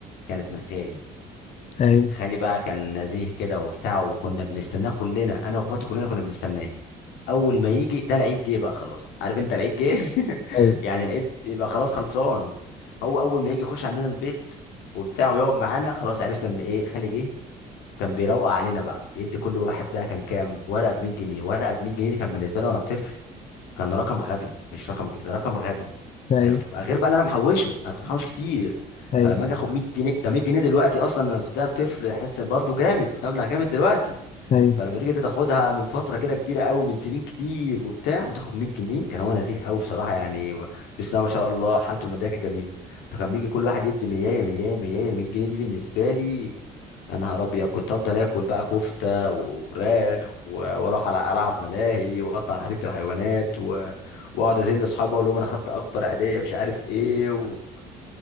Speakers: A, on the left (about 90°); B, on the left (about 45°).
A: كانت من خالي
B: ايوه
A: خالي بقى كان نزيه كده وبتاع وكنا بنستناه كلنا انا واخواتي كلنا كنا بنستناه اول ما يجي ده العيد جه بقى خلاص عارف انت العيد جه <laughs>
B: ايوه
A: يعني العيد يبقى خلاص خلصان هو اول ما يجي يخش عندنا البيت وبتاع ويقعد معانا خلاص عرفنا ان ايه خالي جه كان بيروق علينا بقى يدي كل واحد بقى كان كام ورقه ب 100 جنيه ورقه ب 100 جنيه دي كان بالنسبه لي وانا طفل كان رقم غبي مش رقم كده ده رقم غبي
B: ايوه
A: انا كنت غير بقى اللي انا محوشه انا كنت محوش كتير
B: ايوه
A: فلما اجي اخد 100 جنيه ده 100 جنيه دلوقتي اصلا انا بتديها لطفل يحس برضه جامد مبلغ جامد دلوقتي
B: ايوه
A: فلما تيجي انت تاخدها من فتره كده كبيره قوي من سنين كتير وبتاع وتاخد 100 جنيه كان هو نزيه قوي بصراحه يعني بسم الله ما شاء الله حالته الماديه كانت جميله فكان بيجي كل واحد يدي 100 100 100 100 جنيه دي بالنسبه لي يا نهار ابيض كنت افضل اكل بقى كفته وفراخ و- واروح على العب ملاهي واطلع على حديقه الحيوانات و... واقعد ازل اصحابي اقول لهم انا خدت اكبر عيديه مش عارف ايه و...